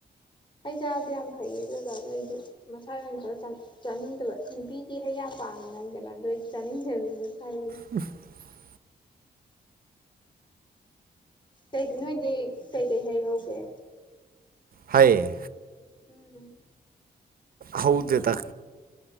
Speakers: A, on the left (about 30°); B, on the right (about 60°).
A: ꯑꯩ ꯆꯥꯕꯗꯤ ꯌꯥꯝ ꯐꯩꯌꯦ ꯑꯗꯨ ꯑꯣꯏꯇꯖꯨ ꯑꯩꯗꯤ ꯃꯁꯥꯏ ꯑꯣꯏꯅ ꯈꯔ ꯆ ꯆꯥꯅꯤꯡꯗꯕ ꯅꯨꯄꯤꯗꯤ ꯍꯩ ꯌꯥꯝ ꯄꯥꯝꯅꯩꯗꯅ ꯑꯗꯨꯏ ꯗꯤ ꯆꯥꯅꯤꯡꯗꯦꯕ ꯑꯗꯣ
B: <unintelligible>
A: ꯀꯩ ꯅꯣꯏꯗꯤ ꯀꯩꯀꯩ ꯍꯩꯍꯧꯒꯦ
B: ꯍꯩ
A: ꯎꯝ
B: ꯍꯧꯗꯦꯗꯥ